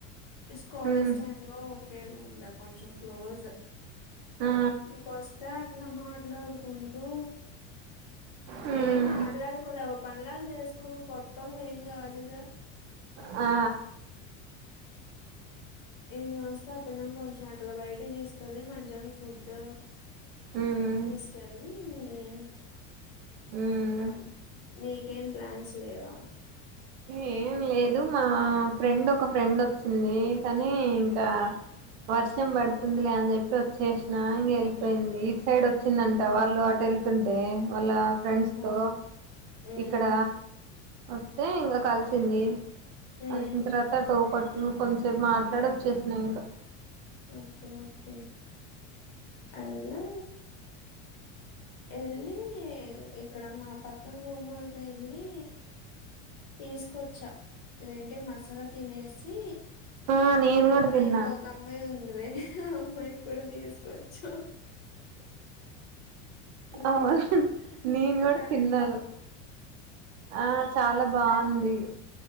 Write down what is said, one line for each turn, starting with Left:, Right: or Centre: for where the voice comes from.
Left: ఇస్ కాలేజ్
Right: హ్మ్
Left: టైమ్ లో ఒకే రూమ్లే కొంచం క్లోజు
Right: ఆ
Left: ఇంకా వస్తానట్లే మాట్ ఎట్లాడుకున్ దో
Right: హ్మ్
Left: ఏం మాట్లాడుకోలేవు పన్లన్ చేసుకో ఒ కొత్ తొల్ ఎంగాదుగా
Right: ఆ
Left: మ్మ్ వస్తే ఆ పిల్లని కొంచెం అట్లా బయట తీసుకెళ్ళి మంచం ఫుడ్
Right: హ్మ్
Left: తీసుకెళ్ళీ మ్మ్
Right: హ్మ్
Left: ఆను నీకేం ప్లాన్స్ లేవా
Right: ఏం లేదు మా ఫ్రెండ్ ఒక ఫ్రెండ్ వచ్చింది కానీ ఇంకా వర్షం పడుతుంది లే అని చెప్పి వచ్చేసినా ఇంగ్ వెళ్ళిపోయింది ఇడ్స్ సైడ్ వచ్చిందంట
Left: ఉహూ
Right: వాళ్ళు అటు వెళ్తుంటే వాళ్ళ ఫ్రెండ్స్తో
Left: ఆహా హ్మ్
Right: ఇక్కడ హ్మ్ అంతే ఇంకా కలిసింది
Left: హ్మ్
Right: అల్సంత తర్త టోకట్ ను కొంచేప్ మాట్లాడ వచ్చేసిన ఇంకా
Left: ఓకే ఓకే అల్లో ఎల్లీ ఎక్ ఇక్కడ మా పక్కన రూముల్కి వెళ్ళీ తీసుకొచ్చా ఇదేంటి మసాలా తినేసి
Right: ఆ నేను
Left: మా రూమ్
Right: కూడా
Left: లో
Right: తిన్నా
Left: ఇంకొక అమ్మాయి ఉంది అందే అమ్మాయి కూడా తీసుకోచ్చు ఊ
Right: అవును నేను కూడా
Left: తను
Right: తిన్నాను ఆ చాలా బాగుంది